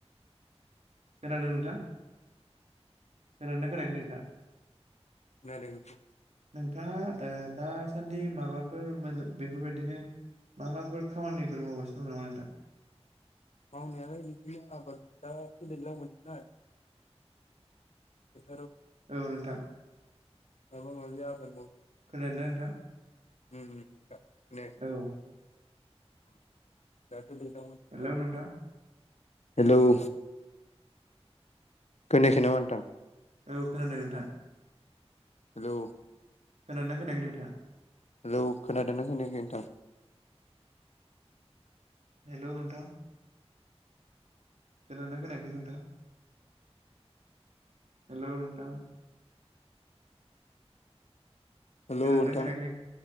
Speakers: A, on the right (about 80°); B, on the left (about 80°).
A: खोनादों नोंथां खोनादोंना खोनायाखै नोंथाङा
B: खोनादों नों
A: नोंथाङा ओ दासान्दि माबाफोर मोज बेफोरबायदिनो मा माफोर खामानिफोर मावगासिनो दं नामा नोंथां
B: मावनायालाय बिदिनो आबादा दैलां बोथोरना <inaudible>
A: औ नोंथां
B: माबा माबि आबाद मावदों।
A: खोनादोंना नोंथां।
B: होम होम नोंथां। खोनायाखै
A: औ
B: उम दाथ' दैज्लां बोथोर
A: हेलौ
B: ना
A: नोंथां।
B: हेलौ' खोनायाखै नामा नोंथां।
A: औ खोनादों नोंथां।
B: हेलौ'
A: खोनागोना खोनायाखै नोंथाङा।
B: हेलौ' खोनादोंना खोनायाखै नोंथां।
A: हेलौ' नोंथां। खोनागोना खोनायाखै नोंथां। हेलौ'नोथां।
B: हेलौ
A: खोनागोना
B: नोंथां
A: खोनायाखै नो